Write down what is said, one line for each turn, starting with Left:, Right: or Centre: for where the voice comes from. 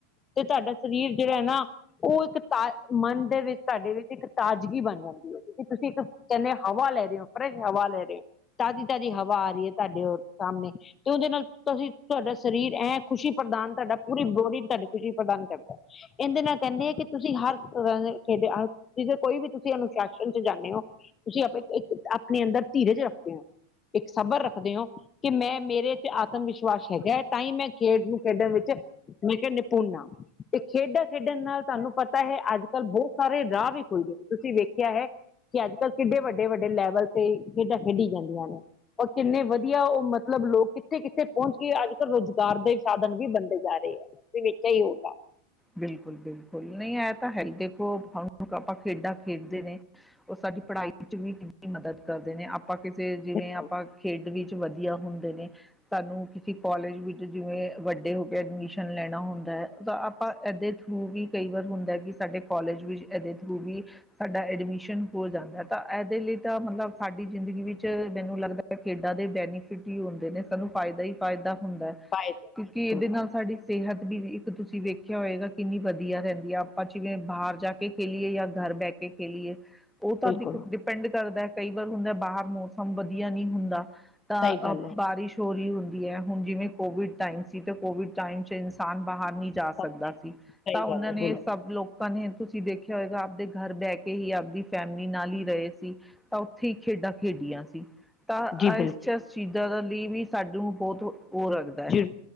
Left: ਤੇ ਤਾੱਡਾ ਸਰੀਰ ਜਿਹੜਾ ਆ ਨਾ ਉਹ ਇੱਕ ਤਾ ਮਨ ਦੇ ਵਿੱਚ ਤਾਡੇ ਵਿੱਚ ਇੱਕ ਤਾਜ਼ਗੀ ਬਣ ਜਾਂਦੀ ਹੈ, ਕਿਉਂ ਕੀ ਤੁਸੀਂ ਇੱਕ ਕਹਿੰਨੇ ਹਵਾ ਲੈ ਰੇ ਹੋ, ਫਰੈਸ਼ ਹਵਾ ਲੈ ਰਹੇ ਹੋ, ਤਾਜ਼ੀ- ਤਾਜ਼ੀ ਹਵਾ ਆ ਰਹੀ ਹੈ ਤੁਹਾਡੇ ਸਾਹਮਣੇ। ਤੇ ਉਹਦੇ ਨਾਲ ਤੁਸੀਂ ਤੁਹਾਡਾ ਸਰੀਰ ਐਂ ਖੁਸ਼ੀ ਪ੍ਰਦਾਨ ਕਰਦਾ, ਪੂਰੀ ਬੋਡੀ ਤੁਹਾਡੇ ਖੁਸ਼ੀ ਪ੍ਰਦਾਨ ਕਰਦਾ, ਇਹਦੇ ਨਾਲ ਕਹਿੰਦੇ ਹੈ ਕਿ ਤੁਸੀਂ ਹਰ ਤਰਾਂ ਦੇ ਖੇਡ ਹਰ ਜੇ ਕੋਈ ਵੀ ਤੁਸੀਂ ਅਨੁਸ਼ਾਸਨ ਚ ਜਾਂਦੇ ਹੋ, ਤੁਸੀਂ ਆਪ ਆਪਣੇ ਅੰਦਰ ਧੀਰਜ ਰੱਖਦੇ ਹੋ। ਇੱਕ ਸਬਰ ਰੱਖਦੇ ਹੋ, ਕਿ ਮੈਂ ਮੇਰੇ ਆਤਮ ਵਿਸ਼ਵਾਸ ਹੈਗਾ ਹੈ, ਤਾਂ ਹੀ ਮੈਂ ਖੇਡ ਨੂੰ ਖੇਡਣ ਵਿੱਚ ਮੇਨਸ਼ ਨਿਪੁੰਨ ਹਾ। ਤੇ ਖੇਡਾਂ ਖੇਡਣ ਨਾਲ ਤੁਹਾਨੂੰ ਪਤਾ ਹੈ ਅੱਜ ਕੱਲ ਬਹੁਤ ਸਾਰੇ ਰਾਹ ਵੀ ਖੁੱਲ ਗਏ ਨੇ, ਤੁਸੀਂ ਵੇਖਿਆ ਹੈ। ਕਿ ਅੱਜ ਕੱਲ ਕਿੱਡੇ ਵੱਡੇ- ਵੱਡੇ ਲੈਵਲ ਤੇ ਖੇਡਾਂ ਖੇਡੀ ਜਾਂਦੀਆਂ ਨੇ, ਔਰ ਕਿੰਨੇ ਵਧੀਆ ਮ- ਮਤਲਬ ਲੋਕ ਕਿੱਥੇ- ਕਿੱਥੇ ਪਹੁੰਚ ਗਏ, ਅੱਜ ਕੱਲ ਰੁਜ਼ਗਾਰ ਦੇ ਸਾਧਨ ਵੀ ਬਣਦੇ ਜਾ ਰਹੇ ਆ, ਵਿੱਚ ਹੀ ਹੋ
Centre: ਬਿਲਕੁਲ- ਬਿਲਕੁਲ ਨਈ ਇਹ ਤਾਂ ਹੈ ਹੀ, ਦੇਖੋ ਹੁਣ ਆਪਾਂ ਖੇਡਾਂ ਖੇਡਦੇ ਨੇ। ਉਹ ਸਾਡੀ ਪੜਾਈ ਚ ਵੀ ਕਿੰਨੀ ਮਦਦ ਕਰਦੇ ਨੇ, ਆਪਾਂ ਕਿਸੇ ਜਿਵੇਂ
Left: ਬਿਲਕੁਲ
Centre: ਆਪਾਂ ਖੇਡ ਵਿੱਚ ਜੀ ਵਧੀਆ ਹੁੰਦੇ ਨੇ। ਸਾਨੂੰ ਕਿਸੇ ਕੋਾਲਜ ਵਿੱਚ, ਜਿਵੇਂ ਵੱਡੇ ਹੋ ਕੇ ਐਡਮਿਸ਼ਨ ਲੈਣਾ ਹੁੰਦਾ ਹੈ ਯਾ ਆ- ਆਪਾਂ ਇਹਦੇ ਥਰੂ ਵੀ ਕਈ ਵਾਰ ਹੁੰਦਾ ਕਿ ਸਾਡੇ ਕੋਲਜ ਵਿੱਚ ਇਹਦੇ ਥਰੂ ਵੀ। ਸਾਡਾ ਐਡਮਿਸ਼ਨ ਹੋ ਜਾਂਦਾ ਹਾਂ, ਤਾਂ ਇਹਦੇ ਲਈ ਤਾਂ ਮਤਲਬ ਸਾਡੀ ਜ਼ਿੰਦਗੀ ਵਿੱਚ ਮੈਨੂੰ ਲੱਗਦਾ ਹ- ਖੇਡਾਂ ਦੇ ਬੈਨੀਫਿਟ ਹੀ ਹੁੰਦੇ ਨੇ, ਸਾਨੂੰ ਫਾਇਦਾ ਹੀ ਫਾਇਦਾ ਹੁੰਦਾ ਹਾਂ।
Left: ਫਾਇਦੇ
Centre: ਕਿਉਂਕਿ ਇਹਦੇ
Left: ਬਿਲਕੁਲ
Centre: ਨਾਲ ਸਾਡੀ ਸਿਹਤ ਵੀ, ਇੱਕ ਤੁਸੀਂ ਵੇਖ- ਖਿਆ ਹੋਏਗਾ ਕਿੰਨੀ ਵਧੀਆ ਰਹਿੰਦੀ ਆ, ਆਪਾਂ ਜਿਵੇਂ ਬਾਹਰ ਜਾ ਕੇ ਖੇਲੀਏ, ਜਾਂ ਘਰ ਬਹਿ ਕੇ ਖੇਲੀਏ। ਉਹ ਤਾਂ
Left: ਬਿਲਕੁਲ
Centre: ਡਿਪੈਂਡ ਕਰਦਾ ਕਈ ਵਾਰ ਹੁੰਦਾ ਬਾਹਰ ਮੌਸਮ ਵਧੀਆ ਨਹੀਂ ਹੁੰਦਾ। ਤਾਂ
Left: ਸਹੀ ਗੱਲ
Centre: ਆ
Left: ਹੈ
Centre: ਬਾਰਿਸ਼। ਚੋਰੀ ਹੁੰਦੀ ਹੈ। ਹੁਣ ਜਿਵੇਂ ਕੋਵਿਡ ਟਾਈਮ ਸੀ ਤਾਂ ਕੋਵਿਡ ਟਾਈਮ ਇਨਸਾਨ ਬਾਹਰ ਨਹੀਂ ਜਾ
Left: ਸਭ
Centre: ਸਕਦਾ
Left: ਸਹੀ ਸਹੀ
Centre: ਸੀ, ਤਾਂ ਉਹਨਾਂ
Left: ਗੱਲ ਹੈ
Centre: ਨੇ
Left: ਬਿਲਕੁਲ
Centre: ਸਭ ਲੋਕ ਲੋਕ ਨੇ ਤੁਸੀਂ ਦੇਖਿਆ ਹੋਏਗਾ ਆਪਦੇ ਘਰ ਬਹਿ ਕੇ ਹੀ ਆਪਦੀ ਫੈਮਿਲੀ ਨਾਲ ਹੀ ਰਹੇ ਸੀ, ਤਾਂ। ਕੀ ਖੇਡਾਂ ਖੇਡੀਆਂ ਸੀ, ਤਾਂ
Left: ਜੀ ਬਿਲਕੁਲ
Centre: ਇਸ ਚ। ਚੀਜ਼ਾਂ ਦੇ ਲਈ ਵੀ ਸਾਨੂੰ ਬਹੁਤ ਉਹ ਰਗਦਾ।
Left: ਜੀ।